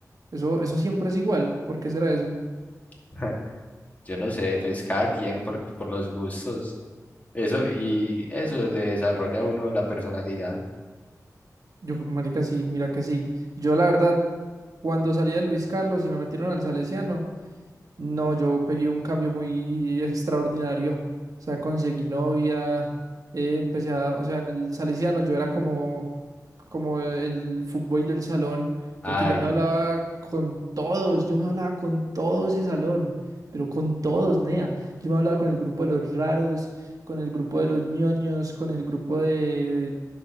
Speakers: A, on the right; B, on the left.
A: Eso eso siempre es igual. ¿Por qué será eso?
B: <laughs> Yo no sé, pues cada quien por, por los gustos. Eso, y eso le desarrolla a uno la personalidad.
A: Yo, marica, sí, mira que sí. Yo la verdad, cuando salí de Luis Carlos y me metieron al Salesiano No, yo pegué un cambio muy extraordinario. O sea, conseguí novia, eh, empecé a, o sea, en el Salesiano yo era como, como el fuckboy del salón,
B: Ay,
A: porque yo me hablaba con todos, yo me hablaba con todo ese salón, pero con todos, nea. Yo me hablaba con el grupo de los raros, con el grupo de los ñoños, con el grupo de...